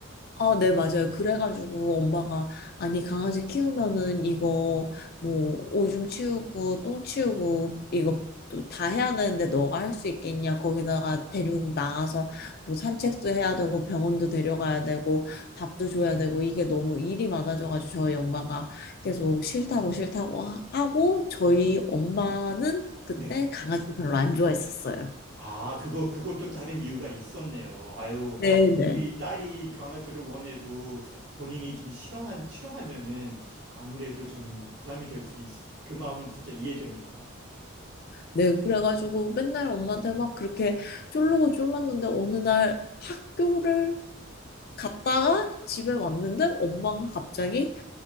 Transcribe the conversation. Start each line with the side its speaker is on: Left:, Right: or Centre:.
Left: 아, 네, 맞아요. 그래가지고 엄마가, 아니, 강아지 키우면은 이거 뭐 오줌 치우고 똥 치우고 이거 또 다 해야 되는데 너가 할 수 있겠냐? 거기다가 데리고 나가서 뭐 산책도 해야 되고 병원도 데려가야 되고 밥도 줘야 되고 이게 너무 일이 많아져가지고 저희 엄마가 계속 싫다고 싫다고 하- 하고 저희 엄마는 그때
Right: 네.
Left: 강아지 별로 안 좋아했었어요.
Right: 아, 그거, 그것도 다른 이유가 있었네요. 아유,
Left: 네네.
Right: 우리 딸이 강아지를 원해도 본인이 좀 싫어한, 싫어하면은 아무래도 좀 부담이 될 수 있, 그 마음은 진짜 이해됩니다.
Left: 네, 그래가지고 맨날 엄마한테 막 그렇게 쫄르고 쫄랐는데 어느 날 학교를 갔다가 집에 왔는데 엄마가 갑자기